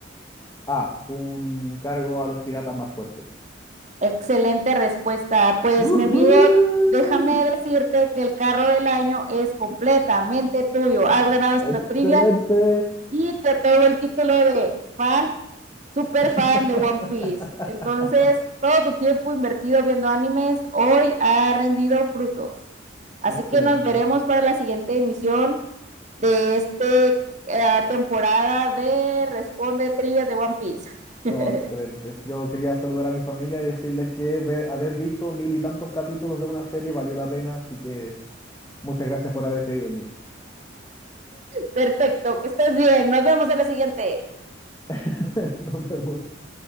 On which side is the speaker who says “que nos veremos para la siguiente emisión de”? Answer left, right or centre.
Right